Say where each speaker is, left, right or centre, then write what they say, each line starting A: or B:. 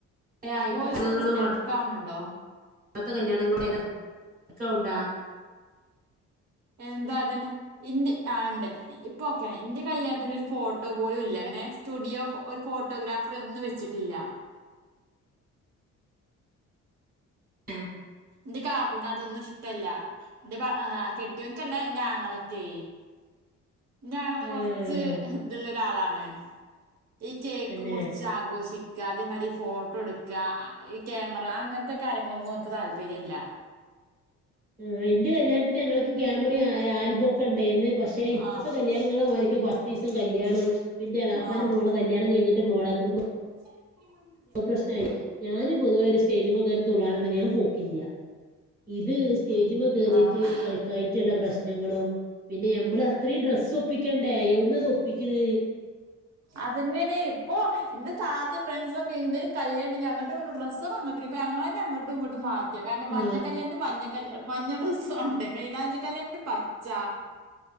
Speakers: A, on the right; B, on the right.
A: ഏയി ഇപ്പോത്തെ
B: വോയിസ്
A: പെണ്ണ്ക്കാളും
B: എന്താ സ്റ്റക്ക്
A: പണ്ടെത്തെ
B: ആവണുണ്ടോ
A: ഇപ്പത്തെ കല്യാണങ്ങൾ ഏതാ <unintelligible>
B: എന്താ അതിന് ഇന്റെ ആഹ് ഇണ്ട് ഇപ്പ ഓക്കെയ ഇന്റെ കല്യാണത്തിന്റെ ഒരു ഫോട്ടോ പോലും ഇല്ല അങ്ങനെ സ്റ്റുഡിയോ ഫോ ഒരു ഫോട്ടോഗ്രാഫറേ ഒന്നും വെച്ചിട്ടില്ല
A: ഏഹ്
B: എന്റെ കാക്കുന് അതൊന്നും ഇഷ്ടല്ല എന്റെ ഭർ ആഹ് കെട്ടിയൊൻക്കല്ല എന്റെ ആങ്ങളക്കെ ഇന്റെ ആങ്ങള
A: ആഹ്
B: കുറച്ച് ഇത്ള്ള ഒരാളാണ് ഈ കേക്ക്
A: തന്നെ
B: മുറിച്ച് ആഘോഷി ക്കാ അതേമാതിരി ഫോട്ടോ എടുക്കുക ഈ ക്യാമറ അങ്ങനത്തെ കാര്യങ്ങളൊന്നും ഓന്ക്ക് താല്പര്യല്ല
A: ആഹ് ഇന്റെ കല്യാണത്തിന് ഞങ്ങൾക്ക് ക്യാമറയും ആൽബംക്കെ ഇണ്ടായിന്ന് പക്ഷെ ഇപ്പഴത്തെ
B: ആഹ്
A: കല് കല്യാണങ്ങളെമാരിക്ക് പത്തിസം കല്യാണം പ്പ ന്റെ എളാപ്പാന
B: ആഹ്
A: മോള കല്യാണം കഴിഞ്ഞിട്ട് മോളെ കുടുംബ
B: <inaudible>
A: ഒ പ്രശ്നായി ഞാന് പൊതുവെ ഒരു സ്റ്റേജ്മേ കയറി തുള്ളാനൊന്നും ഞാൻ പോക്കില്ല ഇത് സ്റ്റേജിമേ കയറിയിട്ട്
B: ആഹ്
A: കളിക്ക കയിട്ടുള്ള പ്രശ്നങ്ങളും പിന്നെ മ്മൾ അത്രയും ഡ്രസ്സ് ഒപ്പിക്കണ്ടേ എവിടന്ന് അത് ഒപ്പിക്കണ്
B: അതനെണ് ഇപ്പൊ എന്റെ താത്തയും ഫ്രണ്ട്സും ഒക്കെ ഈ ന്തേലും കല്യാണണ്ടെങ്കി അങ്ങട്ടും ഇങ്ങട്ടും ഡ്രസ്സുകൾ അങ്ങട്ട് ഇപ്പൊ ഞങ്ങളെന്നെ അങ്ങിട്ടു ഇങ്ങിട്ടും മാറ്റും കാരണം
A: ആ
B: മഞ്ഞകല്യാണത്തിന് മഞ്ഞകല്യാ മഞ്ഞ ഡ്രസ്സ് വേണ്ടേ മെയ്ലാഞ്ചികല്യാണത്തിന് പച്ച